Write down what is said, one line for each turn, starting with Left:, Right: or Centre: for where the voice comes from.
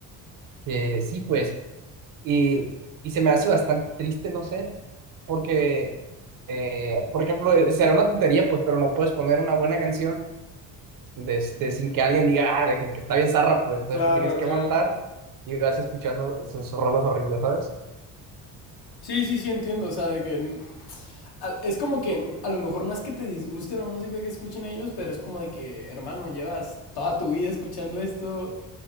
Right: Que sí, pues. Y, y se me hace bastante triste, no sé, porque, eh, por ejemplo, eh, será una tontería, pues, pero no puedes poner una buena canción de este, sin que alguien diga, ah, que, que está bien zarra, pues, entonces
Left: Claro,
Right: te tienes que
Left: claro.
Right: aguantar y vas escuchando sus rolas horribles, ¿sabes?
Left: Sí, sí, sí, entiendo, o sea, de que Es como que a lo mejor no es que te disguste la música que escuchen ellos, pero es como de que, hermano, llevas toda tu vida escuchando esto,